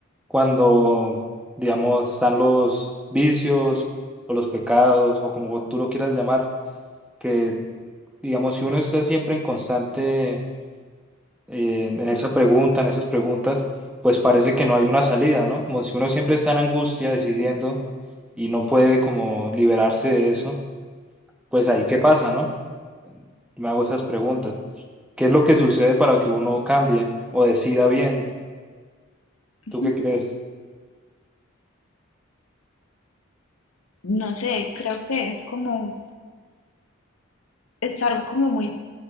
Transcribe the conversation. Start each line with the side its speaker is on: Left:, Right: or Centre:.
Centre: cuando, digamos, están los vicios o los pecados o como tú lo quieras llamar, que, digamos, si uno está siempre en constante, eh, en esa pregunta, en esas preguntas, pues parece que no hay una salida, ¿no? Como si uno siempre está en angustia decidiendo y no puede como liberarse de eso pues ahí qué pasa, ¿no? Me hago esas preguntas. ¿Qué es lo que sucede para que uno cambie o decida bien?
Left: Ujú.
Centre: ¿Tú qué crees?
Left: No sé, creo que es como estar como muy